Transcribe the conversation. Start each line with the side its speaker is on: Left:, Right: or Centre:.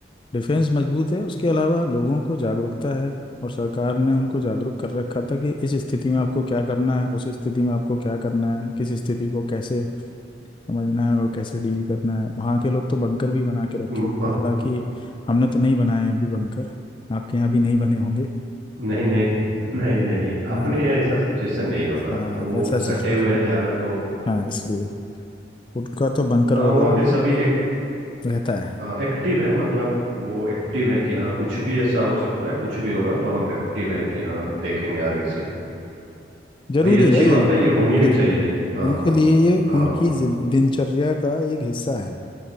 Left: डिफेंस मजबूत है उसके अलावा लोगों को जागरूकता है और सरकार ने उनको जागरूक कर रखा था कि इस स्थिति में आपको क्या करना है उस स्थिति में आपको क्या करना है किस स्थिति को कैसे समझना है और कैसे डील करना है वहाँ के लोग तो बंकर भी बना के रखे
Right: हम्म,
Left: होते हैं हालांकि हमने तो नहीं बनाए हैं अभी बंकर आपके यहाँ भी नहीं बने होंगे
Right: नहीं नहीं <laughs> नहीं नहीं
Left: हाँ
Right: अपने यहाँ ऐसा सिचुएशन नहीं होगा
Left: हाँ
Right: वो
Left: ऐसा सिचुएशन
Right: सटे हुए हैं ज्यादा तो
Left: हाँ इसलिए उनका तो बंकर
Right: हाँ
Left: वगैरह
Right: वहाँ के
Left: भी
Right: सभी एक,
Left: रहता है
Right: एक्टिव हैं मतलब वो एक्टिव हैं कि हाँ कुछ भी ऐसा हो सकता है कुछ भी होगा तो हम एक्टिव हैं कि हाँ देखेंगे आगे से
Left: जरूरी
Right: और ये अच्छी
Left: है
Right: बात
Left: ये
Right: है ये होनी
Left: उनके
Right: भी
Left: लिए
Right: चाहिए हाँ
Left: उनके
Right: हाँ
Left: लिए ये
Right: हाँ
Left: उनकी जिन- दिनचर्या का एक हिस्सा है